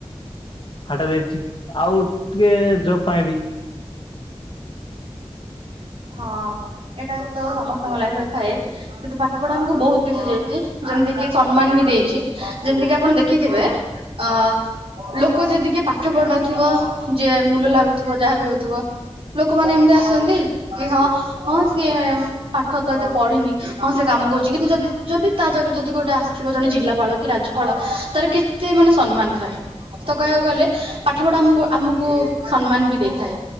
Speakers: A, on the left; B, on the right.
A: ହାଟା ଦେଇଛି। ଆଉ ଟିକେ ଜବ୍ ପାଇଁ ବି
B: ହଁ ଏଟା ତ ସମସ୍ତଙ୍କ ଲାଇଫରେ ଥାଏ। କିନ୍ତୁ ପାଠ ପଢା ଆମକୁ ବହୁତ କିଛି ଦେଇଛି ଯେମିତି କି ସମ୍ମାନ ବି ଦେଇଛି ଯେମିତି କି ଆପଣ ଦେଖିଥିବେ? ଅ। ଲୋକ ଯଦି କିଏ ପାଠ ପଢ଼ୁନଥିବ ଯେ ମୁୂଲ ଲାଗୁଥିବ ଯାହା ବି ହଉଥିବ ଲୋକମାନେ ଏମତି ଆସନ୍ତି କି ହଁ ହଁ ସିଏ ପାଠ ତ ଏତେ ପଢିନି ହଁ ସେ କାମ କରୁଛି କିନ୍ତୁ ଯଦି ଯଦି ତା ଜାଗାରେ ଯଦି ଗୋଟେ ଆସିଥିବ ଜଣେ ଜିଲ୍ଲାପାଳ କି ରାଜ୍ୟପାଳ ତାର କେ ତେ ମାନେ ସମ୍ମାନ ଥାଏ। ସତ କହିବାକୁ ଗଲେ ପାଠ ପଢା ଆମକୁ ଆମକୁ ସମ୍ମାନ ବି ଦେଇଥାଏ